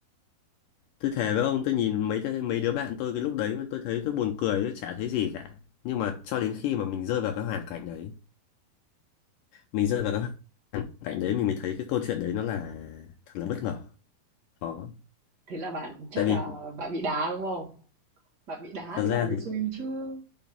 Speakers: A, on the left; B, on the right.
A: Tôi thề với ông, tôi nhìn mấy mấy đứa bạn tôi cái lúc đấy mà tôi thấy tôi buồn cười, tôi chả thấy gì cả. Nhưng mà cho đến khi mà mình rơi vào cái hoàn cảnh đấy, mình rơi vào cái hoàn cảnh đấy mình mới thấy cái câu chuyện đấy nó là thật là bất ngờ. Đó.
B: Thế là bạn chắc
A: Tại vì
B: là bạn bị đá đúng không? Bạn bị đá
A: thật
B: thì bạn
A: ra
B: mới
A: thì
B: suy chứ.